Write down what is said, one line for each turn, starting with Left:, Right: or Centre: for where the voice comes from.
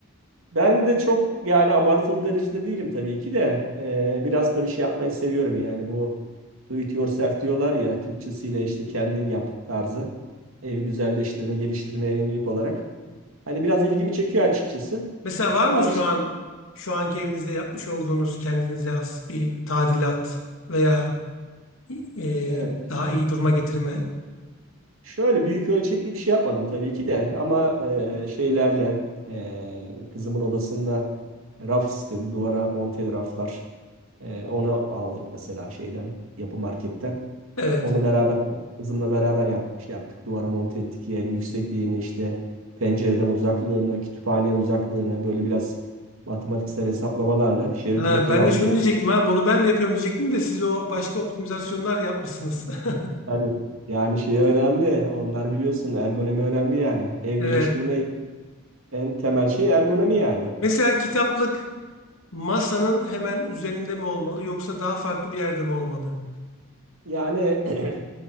Right: Ben de çok yani abartılı derecede değilim tabii ki de Ee, biraz tabii şey yapmayı seviyorum yani bu do it yourself diyorlar ya Türkçesiyle işte kendin yap tarzı evi güzelleştirme geliştirmeye yönelik olarak hani biraz ilgimi çekiyor açıkçası.
Left: Mesela var
Right: Bazı
Left: mı şu
Right: şey,
Left: an şu anki evinizde yapmış olduğunuz kendinize has bir tadilat veya e,
Right: evet.
Left: daha iyi duruma getirme?
Right: Şöyle büyük ölçekli bir şey yapmadım tabii ki de ama e, şeylerle e, kızımın odasında raf istedi duvara monteli raflar E, onu aldık mesela şeyden yapı marketten.
Left: Evet.
Right: Onu beraber kızımla beraber yap, şey yaptık. Duvara monte ettik yerini, yüksekliğini işte pencereden uzaklığını, kütüphaneye uzaklığını böyle biraz matematiksel hesaplamalarla şerit
Left: Ha,
Right: metreyi
Left: ben
Right: aldık
Left: de şunu
Right: ettik.
Left: diyecektim ha bunu ben de yapıyorum diyecektim de siz o başka optimizasyonlar yapmışsınız. <laughs>
Right: Tabii. Yani şey önemli. Onlar biliyorsun ergonomi önemli yani. Ev
Left: Evet.
Right: geliştirme en temel şey ergonomi yani.
Left: Mesela kitaplık masanın hemen üzerinde mi olmalı yoksa daha farklı bir yerde mi olmalı?
Right: Yani <clears throat>